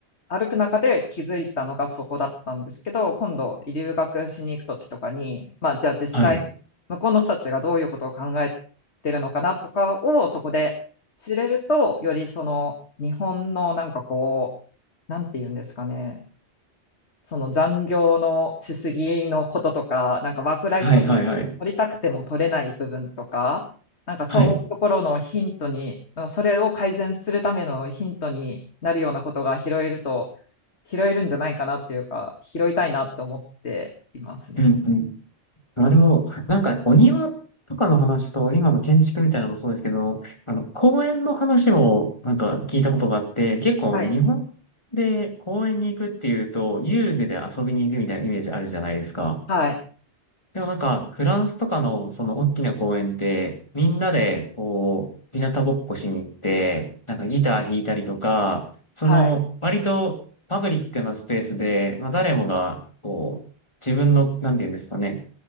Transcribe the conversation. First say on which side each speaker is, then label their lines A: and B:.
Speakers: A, on the left (about 80°); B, on the left (about 25°).
A: 歩く中で気づいたのがそこだったんですけど、今度留学しに行く時とかに、まあじゃあ実際向こうの人たちがどういうことを考えてるのかなとかをそこで知れると、
B: はい。
A: よりその日本のなんかこう、なんて言うんですかね、その残業のしすぎのこととか、なんかワークライフバランス取りたくても取れない部分とか、
B: はい、はい、はい。
A: なんかそういうところのヒントに、
B: はい。
A: それを改善するためのヒントになるようなことが拾えると、拾えるんじゃないかなっていうか、拾いたいなと思っていますね。
B: うん、うん。なるほど。なんか、お庭とかの話と、今の建築みたいなのもそうですけど、あの、公園の話も、なんか聞いたことがあって、結構日本で公園に行くっていうと、
A: はい。
B: 遊具で遊びに行くみたいなイメージあるじゃないですか。
A: はい。
B: でもなんか、フランスとかのその大きな公園って、みんなでこう、日向ぼっこしに行って、なんかギター弾いたりとか、その、
A: はい。
B: 割とパブリックなスペースで、まあ誰もが、こう、自分の、なんて言うんですかね、